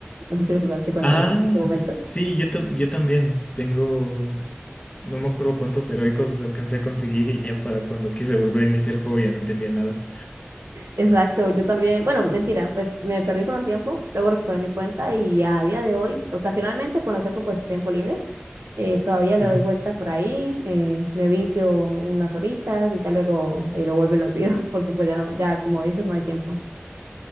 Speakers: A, on the right; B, on the left.
A: No sé si lo jugaste cuando
B: Ah,
A: en ese momento.
B: sí, yo, tam- yo también tengo, no me acuerdo cuántos heroicos alcancé a conseguir y ya para cuando quise volver a iniciar el juego ya no entendía nada.
A: Exacto, yo también, bueno, mentira, pues me perdí por un tiempo, luego recuperé mi cuenta y a día de hoy, ocasionalmente cuando tengo pues tiempo libre, eh, todavía le
B: Ujú.
A: doy vuelta por ahí, eh, me vicio unas horitas y ya luego eh, lo vuelvo y lo olvido, <laughs> porque pues ya no, ya como dices, no hay tiempo.